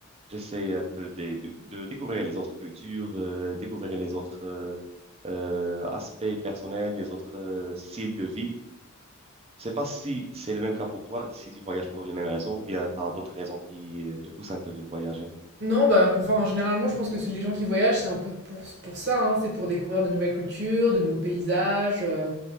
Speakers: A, on the right; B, on the right.
A: J'essaie un peu de, de- de découvrir les autres cultures, euh, découvrir les autres euh, euh, aspects personnels, les autres euh, styles de vie. Je sais pas si c'est le même cas pour toi, si tu voyages pour les mêmes raisons ou bien tu as d'autres raisons qui euh, te poussent un peu de voyager.
B: Non, bah, enfin, généralement, je pense que c'est- les gens qui voyagent, c'est un peu pour, pour ça, hein, c'est pour découvrir de nouvelles cultures, de nouveaux paysages, euh,